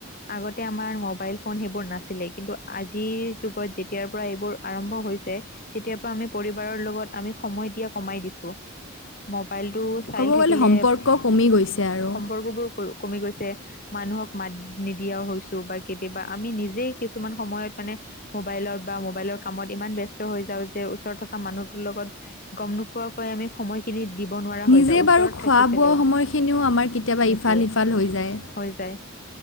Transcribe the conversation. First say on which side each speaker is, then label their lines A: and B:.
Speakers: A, on the left; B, on the left.
A: আগতে আমাৰ মোবাইল ফোন সেইবোৰ নাছিলেই কিন্তু আজিৰ যুগত যেতিয়াৰ পৰা এইবোৰ আৰম্ভ হৈছে তেতিয়াৰ পৰা আমি পৰিবাৰৰ লগত আমি সময় দিয়া কমাই দিছোঁ। মবাইলটো চাই
B: ক'ব
A: থাকিলে
B: গ'লে সম্পৰ্ক কমি গৈছে আৰু।
A: সম্পৰ্ক বোৰ কৰ, কমি গৈছে মানুহক মাত নিদিয়াও হৈছো বা কেতিয়াবা আমি নিজেই কিছুমান সময়ত মানে মোবাইলৰ বা মোবাইলৰ কামত ইমান ব্যস্ত হৈ যাওঁ যে ওচৰত থকা মানুহটোৰ লগত গম নোপোৱাকৈয়ে আমি সময়খিনি দিব নোৱাৰা হৈ
B: নিজে
A: যাওঁ ওচৰত
B: বাৰু খোৱা-বোৱা
A: থাকি পেলেও।
B: সময়খিনিও আমাৰ কেতিয়াবা
A: সেইটোৱে
B: ইফাল-সিফাল হৈ যায়।
A: হৈ যায়